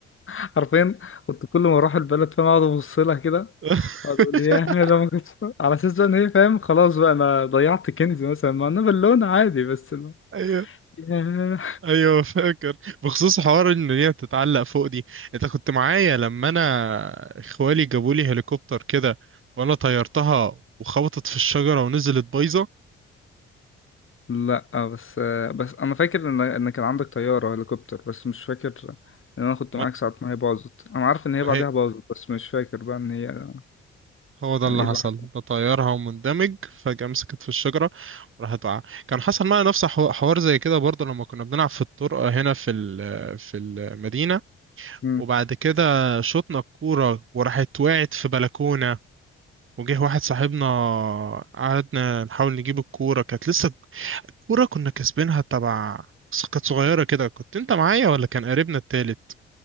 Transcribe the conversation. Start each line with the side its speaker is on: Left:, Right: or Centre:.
Left: حرفيا كنت كل ما أروح البلد فاهم أقعد أبص لها كده
Right: <laughs>
Left: أقعد أقول يا ده ما كنتش على أساس بقى إن هي فاهم خلاص بقى أنا ضيعت كنز مثلا مع إنها بالونة عادي بس لا
Right: ايوه
Left: ياه.
Right: ايوه فاكر بخصوص حوار ان هي تتعلق فوق دي انت كنت معايا لما انا اخوالي جابوا لي هليكوبتر كده وانا طيرتها وخبطت في الشجرة ونزلت بايظة
Left: لا آه، بس آه، بس أنا فاكر إن إن كان عندك طيارة هليكوبتر بس مش فاكر إن أنا كنت
Right: ما
Left: معاك ساعة ما هي باظت أنا عارف إن هي
Right: ما
Left: بعدها
Right: هي
Left: باظت بس مش فاكر بقى إن هي
Right: هو ده
Left: كان
Right: اللي
Left: إيه اللي
Right: حصل
Left: حصل
Right: بطيرها ومندمج فجأة مسكت في الشجرة وراحت وقع كان حصل معايا نفس حو- حوار زي كده برضه لما كنا بنلعب في الطرقة هنا في ال- في المدينة
Left: مم.
Right: وبعد كده شطنا الكورة وراحت وقعت في بلكونة وجه واحد صاحبنا قعدنا نحاول نجيب الكورة كانت لسه الكورة كنا كاسبينها تبع بس كانت صغيرة كده كنت انت معايا ولا كان قريبنا التالت؟